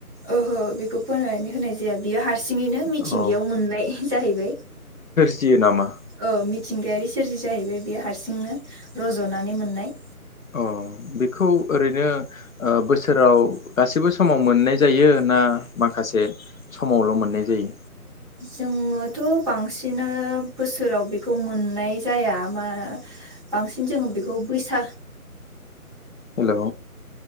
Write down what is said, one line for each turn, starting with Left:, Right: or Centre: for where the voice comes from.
Centre: ओहो बेखौ फोनानै होनाय जाया बियो हार सिङैनो मिथिंगायाव
Left: अ
Centre: मोननाय जाहैबाय
Left: फियो नामा?
Centre: औ मिथिंगायारि सोरजि जाहैबाय बेयो हारसिंनो रज'नानै मोननाय
Left: अ बि खौ ओरैनो ओ बोसोराव गासैबो समाव मोननाय जायो ना माखासे समावल' मोननाय जायो?
Centre: जोङोथ' बांसिनो बोसोराव बेखौ मोननाय जाया मा बांसिन जोङो बेखौ बैसा
Left: हेल'